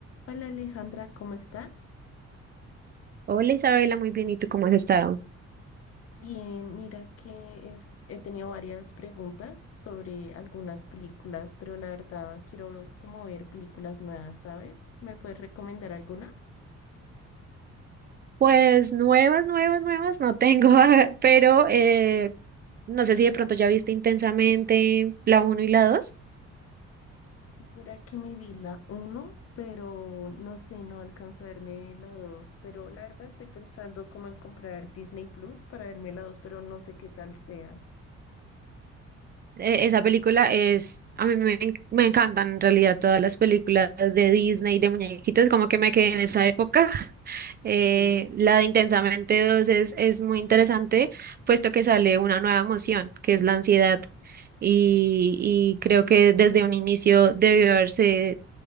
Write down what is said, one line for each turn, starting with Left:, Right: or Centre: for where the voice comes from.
Left: Hola Alejandra, ¿cómo estás?
Right: Hola Isabela, muy bien. ¿Y tú cómo has estado?
Left: Bien, mira que es- he tenido varias preguntas sobre algunas películas, pero la verdad quiero como ver películas nuevas, ¿sabes? ¿Me puedes recomendar alguna?
Right: Pues nuevas, nuevas, nuevas no tengo, <laughs> pero eh, no sé si de pronto ya viste Intensamente la uno y la dos.
Left: Mira que me vi la uno, pero no sé, no alcanzo a verme la 2, pero la verdad estoy pensando como en comprar Disney Plus para verme la 2, pero no sé qué tal sea.
Right: Eh, esa película es, a mí me, en- me encantan en realidad todas las películas de Disney, de muñequitos, como que me quedé en esa época. <laughs> Eh,
Left: Sí.
Right: la de Intensamente dos es, es muy interesante, puesto que sale una nueva emoción, que es la ansiedad. Y, y creo que desde un inicio debió haberse